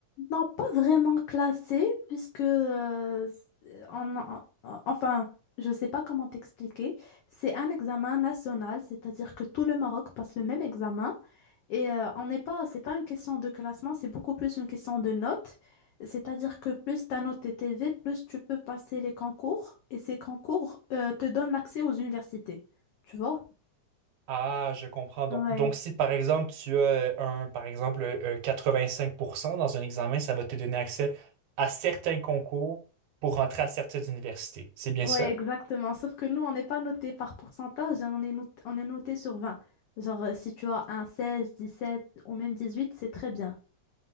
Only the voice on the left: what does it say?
Non, pas vraiment classé, puisque euh, c'est- on, en- en- enfin, je sais pas comment t'expliquer. C'est un examen national, c'est-à-dire que tout le Maroc passe le même examen. Et euh, on n'est pas, c'est pas une question de classement, c'est beaucoup plus une question de notes. C'est-à-dire que plus ta note est élevée, plus tu peux passer les concours. Et ces concours euh, te donnent l'accès aux universités. Tu vois?
Ouais.
Ouais,
exactement. Sauf que nous, on n'est pas noté par pourcentage, hein. on est noté, on est noté sur vingt Genre, euh, si tu as un seize dix sept ou même dix huit c'est très bien.